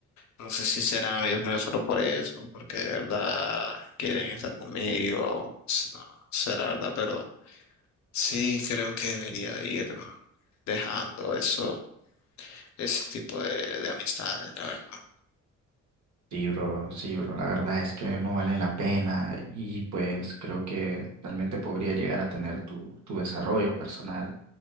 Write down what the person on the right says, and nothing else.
Sí, bro, sí, bro, la verdad es que no vale la pena y pues creo que realmente podría llegar a tener tu, tu desarrollo personal